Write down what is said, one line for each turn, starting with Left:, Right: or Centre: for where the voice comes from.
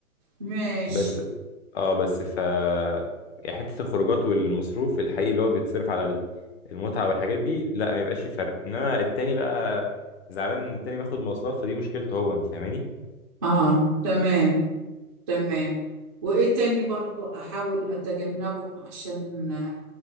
Right: ماشي
Left: بس اه بس ف يعني حته الخروجات والمصروف الحقيقي اللي هو بيتصرف على ال- المتعه والحاجات دي لا ما يبقاش في فرق انما التاني بقى زعلان ان التاني بياخد مواصلات فدي مشكلته هو انت فاهماني
Right: آه تمام تمام وإيه تاني برضو أحاول أتجنبه عشان